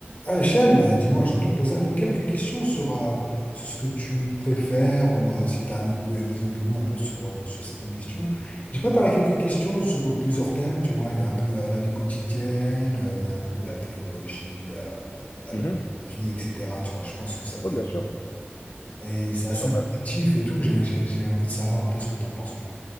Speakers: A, on the left; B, on the left.
A: Ah, Hachem, euh, dis-moi, je voulais te poser un peu quelques questions sur, euh, sur ce que tu préfères ou euh, si tu as des opinions un peu sur, euh, sur certaines questions. J'ai préparé quelques questions sur euh, plusieurs thèmes, tu vois, il y a un peu euh, la vie quotidienne, euh, il y a un peu la technologie, euh, euh,
B: Mhm.
A: le mode de vie, etc. Tu vois, je pense que ça peut
B: Oui,
A: être...
B: bien sûr.
A: Et c'est assez
B: Bien sûr,
A: intuitif
B: bah,
A: et tout, j'ai j'ai- j'ai envie de savoir un peu ce que tu en penses, tu vois.